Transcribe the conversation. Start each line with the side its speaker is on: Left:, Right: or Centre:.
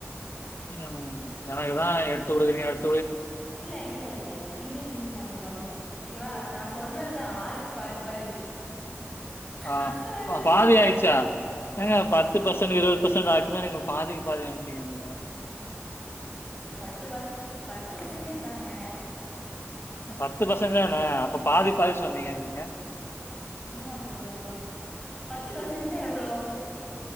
Left: ம் எனக்குதா எடுத்துக் குடுக்குறீங்க எடுத்
Centre: இல்ல இல்ல இல்ல இல்ல இன்னிக்கு இன்னிக்கு நம்ம பண்ணுவோ ஓகேவா நா சொன்னதுதா ஆளுக்கு பாதி பாதி
Left: ஆ
Centre: நஷ்டோ ஆயிடுச்சுனா
Left: பாதி
Centre: என்ன கேக்க
Left: ஆய்ச்சா
Centre: கூடாது
Left: ஏங்க பத்து பசன்ட் இருவது பசன்ட் ஆக்குனா நீங்க பாதிக்கு பாதி ஆக்கிட்டீங்க
Centre: பத்து ப பத்து பசன்டேஜ் தாங்க
Left: பத்து பசங்க ஆ அப்ப பாதி பாதி சொன்னீங்க நீங்க
Centre: சும்மா சொல்றதுதா பத்து பசன்டேஜ்னா எவ்ளோ